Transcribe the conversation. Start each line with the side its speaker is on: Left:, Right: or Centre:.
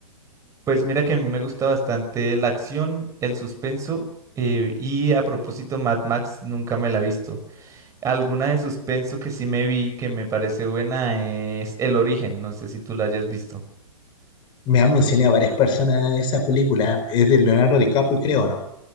Right: Pues mira que a mí me gusta bastante la acción, el suspenso eh, y a propósito Mad Max nunca me la he visto. Alguna de suspenso que sí me vi que me parece buena es El Origen, no sé si tú la hayas visto.
Left: Me han mencionado varias personas esa película. Es de Leonardo DiCaprio, creo, ¿no?